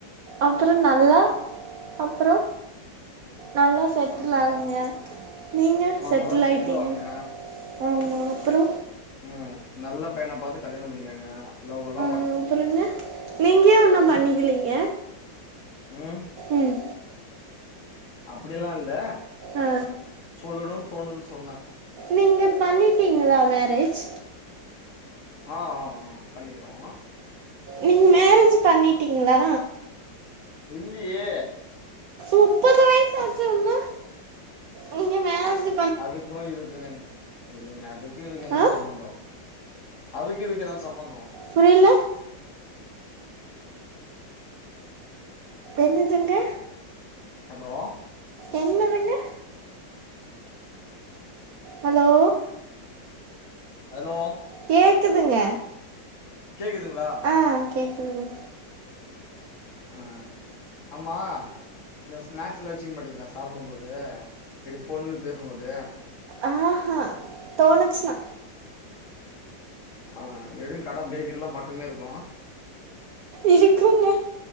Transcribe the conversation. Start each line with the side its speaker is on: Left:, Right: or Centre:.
Right: அப்பறோ நல்லா அப்பறோ நல்லா செட்டில்
Left: அப்புறோ
Right: ஆகுங்க நீங்க
Left: ஆ
Right: செட்டில்
Left: நல்லா
Right: ஆயிட்டிங்ளா
Left: ஆவுங்க
Right: ஆமா அப்பறோ
Left: ம் நல்ல பையனா பாத்து கல்யாணொ பண்ணிக்கங்க லவ்வல்லா
Right: அ அப்பறங்க நீங்க ஏ வுன்னோ பண்ணிக்கலீங்க
Left: ம்
Right: ம்
Left: அப்புடியல்லா இல்ல
Right: ஆ
Left: சொல்லணுனு தோணுது சொன்னே
Right: நீங்க பண்ணீட்டீங்களா மேரேஜ்
Left: ஆ ஆ ஆ பண்ணிக்கிறோ
Right: நீங்க மேரேஜ் பண்ணீட்டீங்ளா
Left: இல்லியே
Right: முப்பது வயசாச்சு வுன்னு நீங்க மேரேஜு
Left: அதுக்கும் இதுக்கு ன் யில்லைங்க அதுக்கு யிதுக்கும் யென்ன
Right: ஆ
Left: சம்மந்தோ அதுக்கு யிதுக்கு யென்ன சம்மந்தோ
Right: புரில என்னதுங்க
Left: ஹலோ
Right: என்னதுங்க ஹலோ
Left: ஹலோ
Right: கேக்குதுங்க
Left: கேக்குதுங்களா
Right: ஆ கேக்குதுங்க
Left: ஆ ஆமா இந்த ஸ்நாக்ஸ்லா வச்சிக்க மாட்டீங்களா சாப்டும்போது இது ஃபோனு பேசும்போது
Right: ஆ ஹா தோனிச்சினா
Left: ஆ எப்டியும் கட பேக்கரில்லாம் பக்கமேருக்கும்
Right: இருக்குங்க